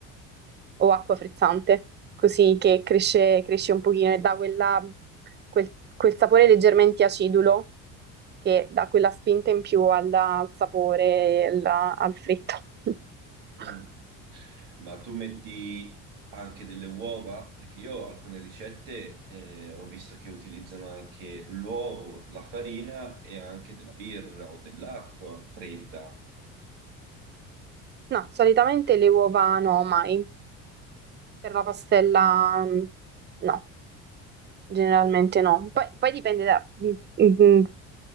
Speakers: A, on the right; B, on the right.
A: o acqua frizzante, così che cresce, cresce un pochino e dà quella- quel, quel sapore leggermente acidulo che dà quella spinta in più alla- al sapore, alla- al fritto. <laughs>
B: Mm. Ma tu metti anche delle uova? Perché io alcune ricette eh, ho visto che utilizzano anche l'uovo, la farina e anche della birra o dell'acqua fredda.
A: No, solitamente le uova no, mai. Per la pastella mm, no, generalmente no. Poi, poi dipende da, mm, mm, mm,